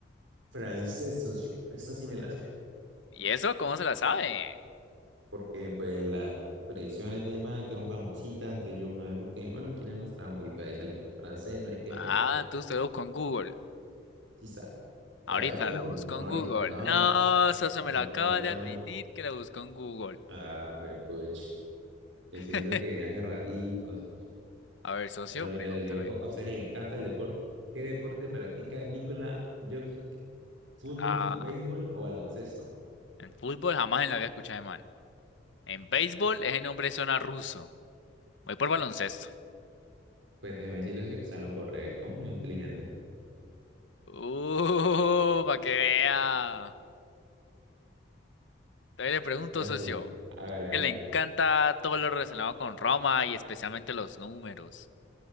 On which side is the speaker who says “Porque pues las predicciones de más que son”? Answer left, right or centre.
Right